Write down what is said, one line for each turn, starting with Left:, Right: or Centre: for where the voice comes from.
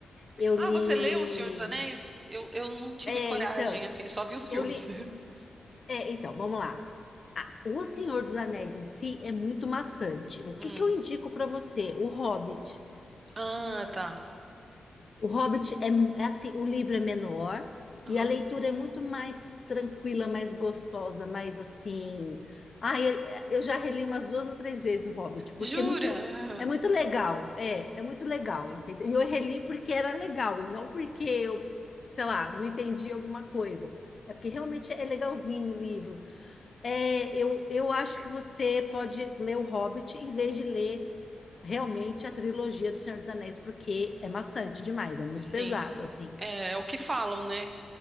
Left: eu
Right: Ah,
Left: li.
Right: você leu O Senhor dos Anéis? Eu, eu não tive
Left: É,
Right: coragem,
Left: então,
Right: assim, só vi os filmes.
Left: eu li.
Right: <laughs>
Left: É, então, vamos lá. Ah, o Senhor dos Anéis em si é muito maçante. O que
Right: Hum.
Left: que eu indico para você? O Hobbit.
Right: Ah, tá.
Left: O Hobbit é, é assim, o livro é menor
Right: Aham.
Left: e a leitura é muito mais tranquila, mais gostosa, mais assim. Ah, ele- eu já reli umas duas ou três vezes o Hobbit, porque
Right: Jura?
Left: é muito, é muito
Right: Ah,
Left: legal. É, é muito legal, entendeu? E eu reli porque era legal e não porque eu, sei lá, não entendi alguma coisa. É porque realmente é legalzinho o livro. É, eu, eu acho que você pode ler o Hobbit em vez de ler realmente a trilogia do Senhor dos Anéis, porque é maçante demais, é muito
Right: Sim.
Left: pesado, assim.
Right: É, é o que falam, né?